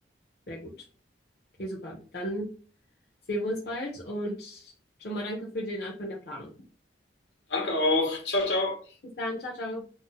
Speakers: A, on the left (about 55°); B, on the left (about 80°).
A: sehr gut. Okay, super. Dann sehen wir uns bald und schon mal danke für den Anfang der Planung.
B: Danke auch. Ciao, ciao.
A: Bis dann, ciao, ciao.